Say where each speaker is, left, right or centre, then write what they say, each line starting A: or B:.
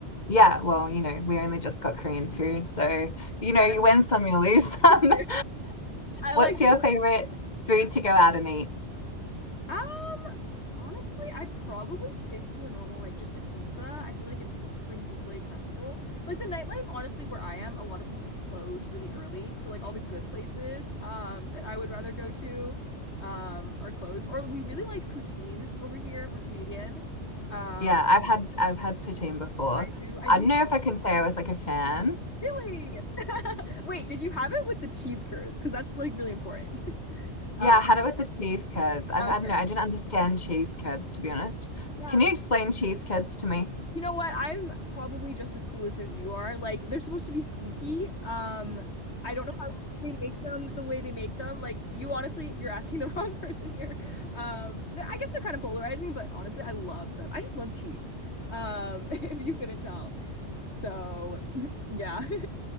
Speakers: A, on the left; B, on the left.
A: Yeah, well, you know, we only just got Korean food, so you know,
B: That's
A: you win some, you lose some.
B: <laughs>
A: <laughs>
B: I
A: What's
B: like the
A: your
B: way.
A: favorite
B: Yeah.
A: food to go out and eat?
B: Ah. Honestly, I'd probably stick to a normal, like just a pizza. I feel like it's pretty easily accessible. Like the nightlife, honestly, where I am, a lot of places close really early. So like all the good places um that I would rather go to um are closed. Or we really like poutine over here. We're Canadian. Uh,
A: Yeah, I've had I've had poutine before.
B: I do I
A: I
B: do
A: don't know if I can say I was like a fan.
B: really <laughs> Wait, did you have it with the cheese curds? Because that's like really important. <laughs>
A: Yeah,
B: Uh,
A: I had it with the cheese curds. I,
B: okay.
A: I don't know. I didn't understand cheese curds to be honest.
B: Yeah.
A: Can you explain cheese curds to me?
B: You know what? I'm probably just as clueless as you are. Like they're supposed to be squeaky. Um, I don't know how they make them the way they make them. Like you honestly, you're asking the <laughs> wrong person here. Um, but I guess they're kind of polarizing, but honestly, I love them. I just love cheese. Um, <laughs> if you couldn't tell. So, <laughs> yeah. <laughs>